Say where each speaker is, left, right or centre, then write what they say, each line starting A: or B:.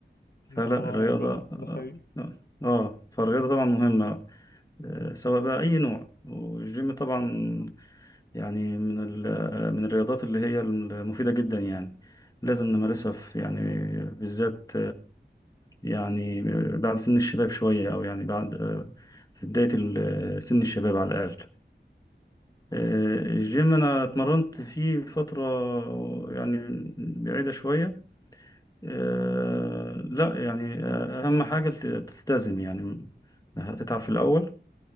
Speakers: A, on the left; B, on the left.
A: ما
B: فلا
A: هو
B: الرياضه
A: معاك اه ده حقيقي
B: اه آه، فالرياضه طبعا مهمه آه، سواء بقى اي نوع والجيم طبعا يعني من ال- آه، من الرياضات اللي هي المفيده جدا يعني لازم نمارسها في يعني بالذات يعني بعد سن الشباب شوية أو يعني بعد آه، في بداية ال- سن الشباب على الأقل آه، الجيم أنا اتمرنت فيه فترة يعني بعيدة شوية آه، لا يعني آه، أهم حاجة تلت- تلتزم يعني هتتعب في الأول